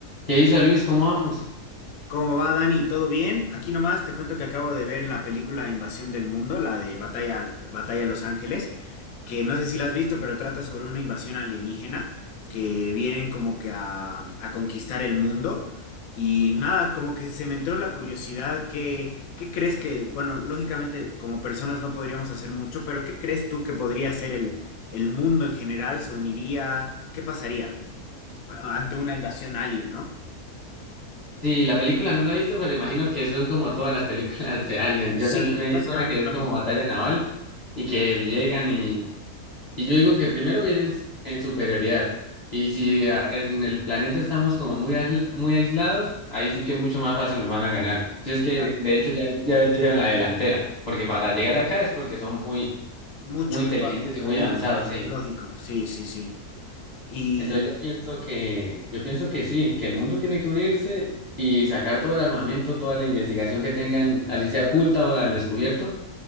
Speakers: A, on the left; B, on the left.
A: ¿Qué hizo Luis? ¿Cómo vamos?
B: ¿Cómo va, Dani? ¿Todo bien? Aquí nomás te cuento que acabo de ver la película Invasión del Mundo, la de Batalla, Batalla Los Ángeles, que no sé si la has visto, pero trata sobre una invasión alienígena que vienen como que a, a conquistar el mundo. Y nada, como que se me entró la curiosidad, ¿qué, qué crees que, bueno, lógicamente como personas no podríamos hacer mucho, pero ¿qué crees tú que podría hacer el, el mundo en general? ¿Se uniría? ¿Qué pasaría pa- ante una invasión alien, ¿no?
A: Sí, la película no la he visto, pero imagino que son como todas las películas de Alien. Yo
B: Sí,
A: también me
B: básicamente
A: he visto una que
B: es
A: es
B: lo
A: como
B: mismo.
A: batalla naval y que llegan y, y yo digo que primero vienen en superioridad. Y si a- en el planeta estamos como muy, aisla- muy aislados, ahí sí que mucho más fácil nos van a ganar. Si es que
B: Ah,
A: de hecho ya, ya, ya llevan la delantera, porque para llegar acá es porque son muy,
B: mucho
A: muy
B: mejor.
A: inteligentes y muy avanzados,
B: Y
A: sí.
B: lógico, sí, sí, sí. Y
A: Entonces yo pienso que, yo pienso que sí, que el mundo tiene que unirse y sacar todo el armamento, toda la investigación que tengan, así sea oculta o al descubierto,